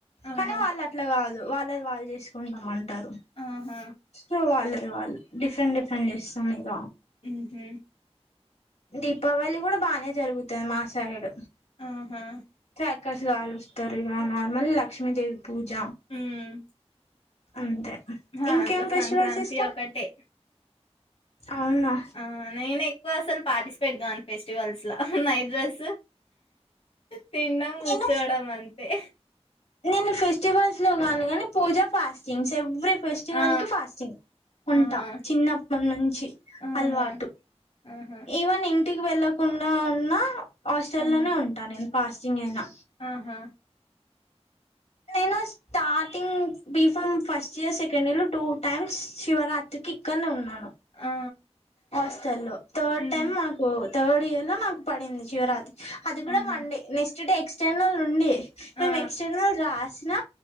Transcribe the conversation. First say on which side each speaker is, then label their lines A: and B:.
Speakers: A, on the left (about 60°); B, on the left (about 80°).
A: ఆహా
B: కానీ వాళ్ళట్ల కా దు వాళ్ళది వాళ్ళు జేసుకుంటాం అంటారు
A: ఆహా
B: సో వాళ్ళది వాళ్ళు డిఫరెంట్ డిఫరెంట్ జేస్తాం ఇగ
A: హూమ్మ్
B: దీపావళి కూడా బానే జరుగుతాది మాసైడ్
A: ఆహా
B: క్రాకర్స్ కాలుస్తరు ఇగ నార్మల్ లక్ష్మీదేవి పూజ
A: ఉమ్
B: అంతే
A: మా
B: ఇంకేం
A: దాంట్లో
B: ఫెస్టివల్స్
A: సంక్రాంతి
B: ఇష్టం
A: ఒకటే
B: అవునా
A: ఆ నేను ఎక్కువ అసలు పాటిస్ పేట్ గాను ఫెస్టివల్స్‌ల నైట్డ్రసు తిన్డం కూర్చోడం
B: నేను
A: అం తే
B: నేను ఫెస్టివల్స్లో గాను కాని పూజ ఫాస్టింగ్స్ ఎవ్రీ ఫెస్టివల్‌కి
A: ఆ
B: ఫాస్టింగ్ ఉంటా
A: ఆహా
B: చిన్నప్పటి నుంచి
A: ఆహా
B: అల్వాటు
A: ఆహా
B: ఈవెన్ ఇంటికి వెళ్ళకుండా ఉన్నా హాస్టల్
A: ఆహా
B: లోనే ఉంటా నేను ఫాస్టింగ్ అయినా
A: ఆహా
B: నేను first starting B pharm first year second ఇయర్లో టూ టైమ్స్ శివరాత్రికి ఇక్కడ్నే ఉన్నాను
A: ఆ
B: హాస్టల్లో థర్డ్
A: హ్మ్
B: టైమ్ మాకు థర్డ్ ఇయర్లో నాకు పడింది శివరాత్రి అది కూడా
A: ఆహా
B: one day next day external నుండి
A: ఆ
B: మేము ఎక్స్టెర్నల్ రాసిన